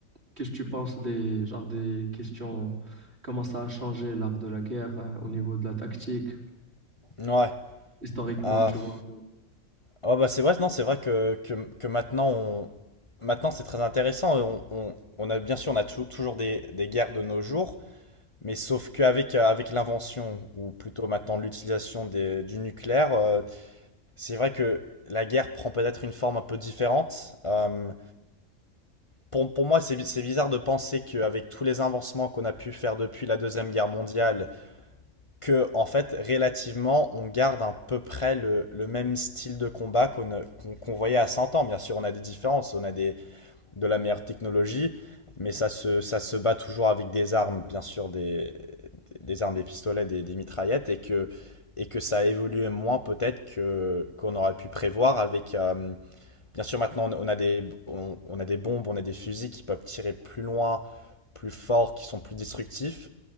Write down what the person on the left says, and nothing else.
Ouais.
Ah.
pff.
Oh, bah c'est vrai, non, c'est vrai que, que, que maintenant on. Maintenant, c'est très intéressant. On, on, on a bien sûr, on a tou- toujours des, des guerres de nos jours. Mais sauf qu'avec euh, avec l'invention, ou plutôt maintenant l'utilisation des- du nucléaire, euh, c'est vrai que la guerre prend peut-être une forme un peu différente. Euh, pour, pour moi, c'est bi- c'est bizarre de penser qu'avec tous les avancements qu'on a pu faire depuis la Deuxième Guerre mondiale, que en fait, relativement, on garde à peu près le, le même style de combat qu'on euh, qu'on qu'on voyait à 100 ans. Bien sûr, on a des différences, on a des, de la meilleure technologie, mais ça se, ça se bat toujours avec des armes, bien sûr, des, des armes, des pistolets, des, des mitraillettes, et que, et que ça a évolué moins peut-être que, qu'on aurait pu prévoir avec... euh, bien sûr, maintenant, on a des, on, on a des bombes, on a des fusils qui peuvent tirer plus loin, plus fort, qui sont plus destructifs,